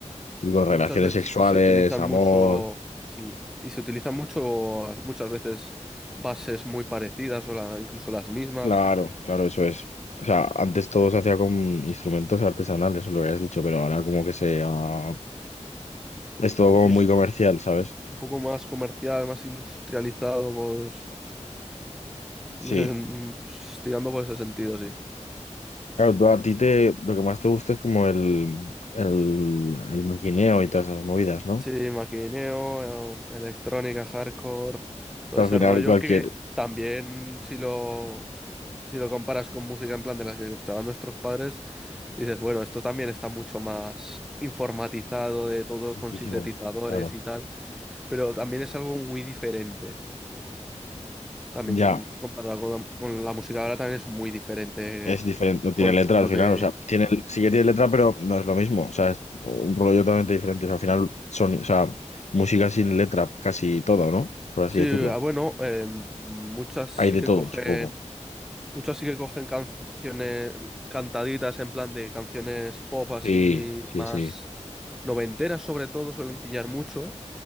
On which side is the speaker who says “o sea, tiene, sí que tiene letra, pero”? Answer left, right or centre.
Left